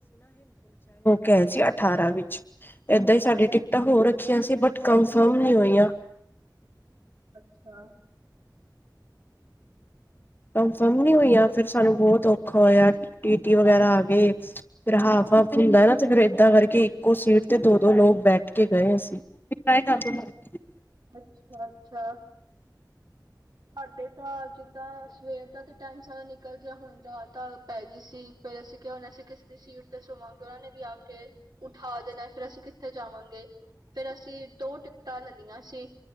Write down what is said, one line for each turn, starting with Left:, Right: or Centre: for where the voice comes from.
Left: ਗਏ ਸੀ ਅਠਾਰਾਂ ਵਿੱਚ ਏਦਾਂ ਈ ਸਾਡੀ ਟਿਕਟਾਂ ਹੋ ਰੱਖੀਆਂ ਸੀ ਬਟ ਕੰਫਰਮ ਨੀ ਹੋਈਆਂ
Right: ਅੱਛਾ।
Left: ਕੰਫਰਮ ਨੀ ਹੋਈਆਂ ਫਿਰ ਸਾਨੂੰ ਬਹੁਤ ਔਖਾ ਹੋਇਆ ਟੀਟੀ ਵਗੈਰਾ ਆ ਗੇ ਫਿਰ ਹਾਫ ਹਾਫ ਹੁੰਦਾ ਨਾ ਤੇ ਫਿਰ ਏਦਾਂ ਕਰਕੇ ਇੱਕੋ ਸੀਟ ਤੇ ਦੋ ਦੋ ਲੋਕ ਬੈਠ ਕੇ ਗਏ ਅਸੀਂ <unintelligible>
Right: ਅੱਛਾ-ਅੱਛਾ ਸਾਡੇ। ਤਾਂ ਜਿੱਦਾਂ ਸਵੇਰ ਦਾ ਤੇ ਟਾਈਮ ਸਾਰਾ ਨਿਕਲ ਗਿਆ ਹੁਣ ਜਾ ਤਾਂ ਪੈ ਗਈ ਸੀ ਫੇਰ ਅਸੀਂ ਕਿਆ ਹੁਣ ਅਸੀ ਕਿਸ ਦੀ ਸੀਟ ਤੇ ਸੋਵਾਂਗੇ ਓਨਾਂ ਨੇ ਵੀ ਆ ਕੇ ਉਠਾ ਦੇਣਾ ਫਿਰ ਅਸੀਂ ਕਿੱਥੇ ਜਾਵਾਂਗੇ ਫੇਰ ਅਸੀਂ ਦੋ ਟਿਕਟਾਂ ਲੇਲੀਆਂ ਸੀ